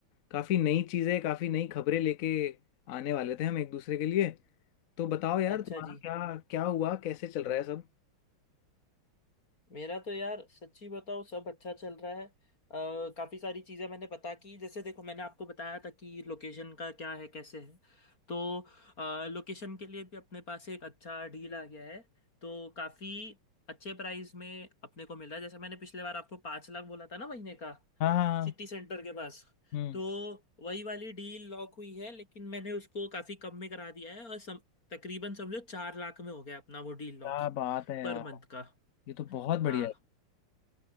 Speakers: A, on the left (about 70°); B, on the left (about 40°).
A: काफी नई चीजें काफी नई खबरें लेके आने वाले थे हम एक दूसरे के लिए तो बताओ यार
B: अच्छा
A: तुम्हारा
B: जी
A: क्या क्या हुआ कैसे चल रहा है सब
B: मेरा तो यार सच्ची बताओ सब अच्छा चल रहा है अ, काफी सारी चीजें मैंने पता की जैसे देखो मैंने आपको बताया था कि लोकेशन का क्या है कैसे है तो लोकेशन के लिए भी अपने पास एक अच्छा डील आ गया है तो काफी अच्छे प्राइस में अपने को मिला जैसे मैंने पिछले बार आपको पाँच लाख बोला था ना महीने का
A: हाँ हाँ हाँ,
B: सिटी सेंटर के पास
A: हम्म
B: तो वही वाली डील लॉक हुई है लेकिन मैंने उसको काफी कम में करा दिया है और सम, तकरीबन समझो चार लाख में हो गया अपना वो डील लॉक
A: क्या बात है
B: पर
A: यार
B: मंथ का
A: ये तो बहुत
B: हाँ
A: बढ़िया है।